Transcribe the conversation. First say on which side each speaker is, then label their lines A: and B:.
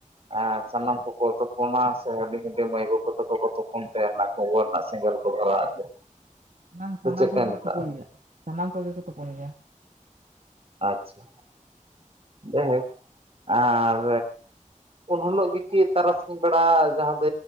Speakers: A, on the right; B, on the right.
A: ᱟ ᱥᱟᱱᱟᱢ ᱠᱚᱠᱚ ᱛᱩᱯᱚᱱᱟ ᱥᱮ ᱦᱩᱰᱤᱧ ᱦᱩᱰᱤᱧ ᱢᱟᱹᱭ ᱵᱟᱹᱵᱩ ᱛᱟᱠᱚᱠᱚ ᱛᱩᱯᱚᱱ ᱛᱮᱦᱮᱸᱱᱟ ᱠᱩᱢᱵᱟᱹ ᱨᱮᱱᱟᱜ ᱥᱮᱝᱜᱮᱞ ᱠᱚ ᱵᱷᱚᱨᱟᱹᱣ ᱟᱫ ᱜᱮ
B: ᱵᱟᱝ
A: ᱥᱮ
B: ᱥᱟᱱᱟᱢ
A: ᱪᱮᱫ
B: ᱠᱚᱜᱮ
A: ᱯᱮ ᱢᱮᱛᱟᱜᱼᱟ?
B: ᱠᱚ ᱛᱩᱯᱚᱱ ᱜᱮᱭᱟ ᱥᱟᱱᱟᱢ ᱠᱚᱜᱮ ᱠᱚ ᱛᱩᱯᱚᱱ ᱜᱮᱭᱟ ᱾
A: ᱟᱪᱪᱷᱟ, ᱡᱟᱭᱦᱳᱠ ᱟᱨ ᱩᱱ ᱦᱤᱞᱳᱜ ᱜᱮ ᱤ ᱛᱟᱨᱟᱥᱤᱧ ᱵᱮᱲᱟ ᱡᱟᱦᱟᱸ ᱫᱚ